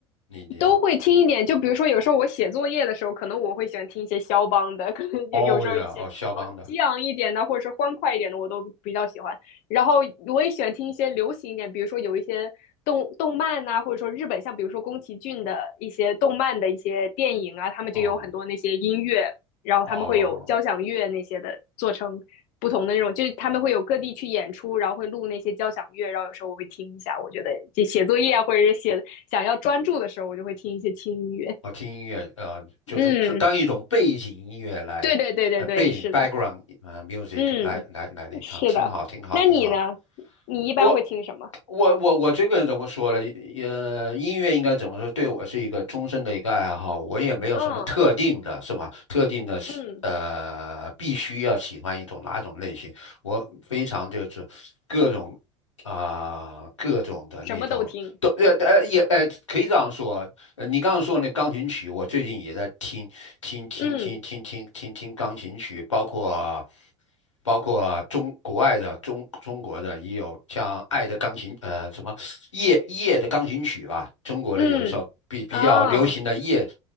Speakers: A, on the left; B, on the left.
A: 那点？
B: 都会听一点。就比如说，有时候我写作业的时候，可能我会喜欢听一些肖邦的，可能有有时候一些呃激昂一点的，
A: 哦呀，哦，肖邦的，
B: 或者是欢快一点的，我都比较喜欢。然后我也喜欢听一些流行一点，比如说有一些动动漫呐、或者说日本，像比如说宫崎骏的一些动漫的一些电影啊，他们就有很多那些音乐，
A: 哦
B: 然后他们会有交响乐那些的做成。
A: 哦
B: 不同的那种，就是他们会有各地去演出，然后会录那些交响乐，然后有时候我会听一下，我觉得就写作业啊，或者是写想要专注的时候，我就会听一些轻音乐。
A: 哦，听音乐，呃，就是这当一种背景音乐来，
B: 嗯，对对对对对，
A: 呃，背景
B: 是的，
A: background 呃 music
B: 嗯
A: 来来来那看，
B: 是的。
A: 挺好，挺好，
B: 那你呢？
A: 挺好。
B: 你一般会听什么？
A: 我我我我这个人怎么说呢？呃，音乐应该怎么说？对我是一个终身的一个爱好，我也没有什么特定的，
B: 啊，
A: 是吧？特定的是呃，
B: 嗯
A: 必须要喜欢一种哪种类型，我非常就是各种啊、各种的那种都呃呃也呃可以这样说，
B: 什么都听
A: 呃，你刚刚说那钢琴曲，我最近也在听听听听听听听听钢琴曲，
B: 嗯
A: 包括包括中国外的中中国的也有像《爱的钢琴》呃什么夜夜的钢琴曲吧，中国的有一首比比较流行的夜，
B: 嗯啊。